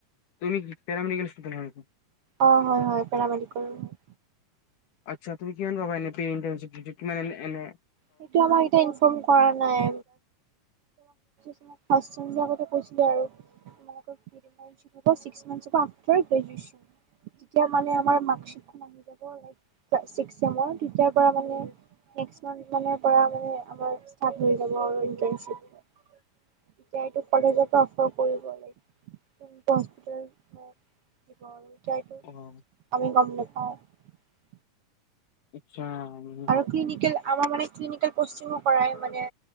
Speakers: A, on the left; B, on the right.
A: তুমি পেৰাামেডিকেল ষ্টুডেন।
B: অঁ হয়-হয় পেৰামেডিকেলৰ হয়।
A: আচ্ছা, তুমি কিমান পাবা এনে প্ৰে ইণ্টাৰচিপতএনে-এনে,
B: সেইটো আমাক এয়া ইনফৰ্ম কৰা নাই। তাক ফাৰ্ষ্ট চেমবিলাকতে কৈছিলে আৰু তোমোক হ'ব ছিক্স মান্থ হ'ব আফটাৰ গ্ৰেজুৱেশ্যন তেতিয়া মানে আমাৰ মাৰ্কশ্বিটখন আহি যাব লাইক ক্লা ছিক্স চেমৰ তেতিয়াৰ পৰা মানে নেক্সট মান্থ মানে পৰা মানে আমাৰ ষ্টাৰ্ট হৈ যাব। আৰু ইণ্টাৰচিপ এই কলেজ অফাৰ কৰি লব লাগিব ম দিব আৰুতিাইটো
A: অ'
B: আমি গম নাপাওঁ <unintelligible>
A: আচ্ছা, আচ্চা, উম-উম।
B: আৰু ক্লিনিকেল আমাৰ মানে ক্লিনিকেল পেষ্টিঙো কৰাই মানে